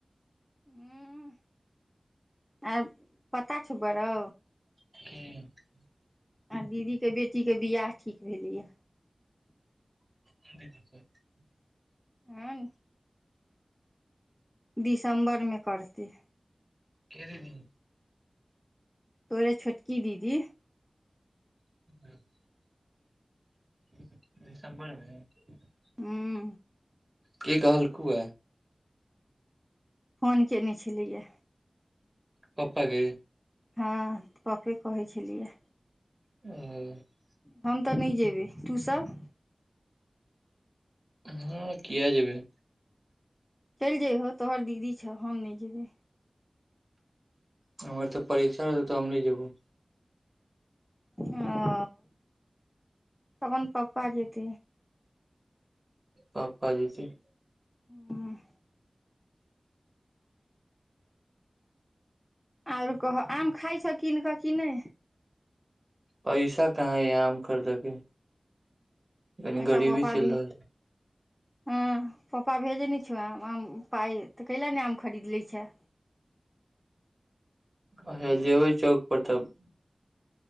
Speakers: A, in the centre; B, on the right (about 30°).
A: उंह आ पता छौ बौआ रौ
B: क <inaudible>
A: आ दीदीके बेटीके वियाह ठीक भेलैए
B: की <inaudible>
A: आन दिसम्बरमे करतै
B: के दीदी
A: तोरे छोटकी दीदी
B: <inaudible> सब कोई रहय <unintelligible>
A: हूँ
B: कि कहलको यै
A: फोन कयने छलैयै
B: पप्पा के
A: हँ पप्पे कहै छलिया
B: ह
A: हम तऽ नै जेयबै तूसभ
B: हूं किया जेबै
A: चलि जयह तोहर दीदी छ हम नहि जेबै
B: हमर तऽ परीक्षा रहतै तऽ हम नै जेबो
A: हँ त अपन पप्पा जेतै
B: पप्पा जेतै
A: हँ आओरो कह आम खाइ छ कीन कऽ कि नै
B: पैसा कहाँ यै आम खरदके कनी
A: अच्छा
B: गरीबी
A: पप्पा
B: चलि
A: भी
B: रहल यै
A: हँ पप्पा भेजै नै <unintelligible> आम आम पाइ तऽ कैला नै आम खरीद लै छैए
B: अहे जेबै चौक पर तब